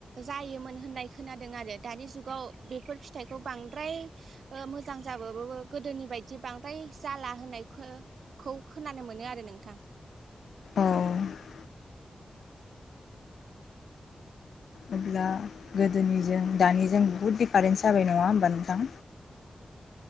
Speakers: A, on the right (about 85°); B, on the left (about 85°).
A: जायोमोन होननाय खोनादों आरो दानि जुगाव बे बेफोर फिथाइखौ बांद्राय मोजां जाबो गोदोनि बायदि बांद्राय जाला होनाय खौ खोनानो मोनो आरो नोंथां
B: औ अब्ला अब्ला गोदोनिजों दानिजों बुहुत दिडिफारेन्स जाबाय नङा होमबा नोंथां